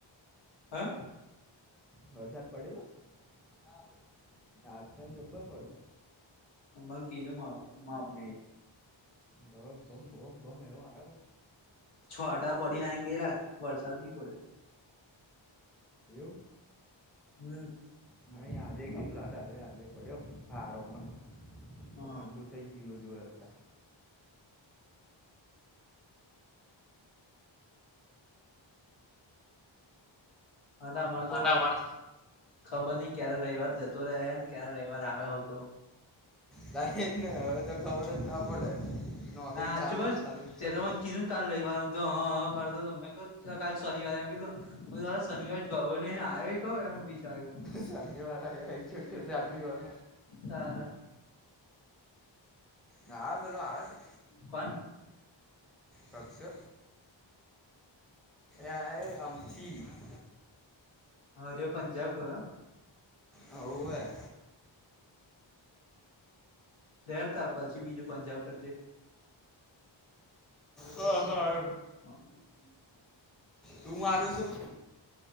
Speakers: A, on the left; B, in the centre.
A: હા
B: હ વરસાદ પડેલો? હા આજ કઈ જબો પડ્યો.
A: અમબંગ કીધું મામ્મી.
B: દ બમ બમ બમ એવ આવ.
A: છટા પડી નાઈ ગયેલા વરસાદ નહી પડ્યો.
B: એવું?
A: હમ.
B: ન આયાજે કેટલા દાળે આજે પડ્યો સારો મ.
A: હા
B: ઠંડુ થઈ ગયું બધું હોય હતા.
A: <inaudible> હા ના અમારે તો
B: અદા માર
A: ખબર નઈ ક્યારે રવિવાર જતો રહ ને ક્યારે રવિવાર આવ્યો હોતો.
B: જાહેર ને હવે તો ખબર જ ના પડે. નોકરી
A: હા હાચું
B: ચાલુ
A: બસ
B: જ ચાલુ જ ચાલુ.
A: તે તો મને કીધું કાલ રવવાર હું તો હા હા કરતો હતો મે ક કાલ શનિવારે એમ કીધું, હુંરા શનિવાર જ નહીને આવી. ક એમ વિચાર્યું. હું
B: શનિવાર આ આ એક જયો કે છે આટની વાર.
A: હા.
B: હા પેલું આવે છે.
A: કોણ?
B: સાસો આમચ <unintelligible>
A: હરે પંજાબ ગયો.
B: ઓ એ.
A: લહેરતા પછી બીજું પંજાબ કરજે.
B: હા હા.
A: હ <inaudible>
B: તું મારું શું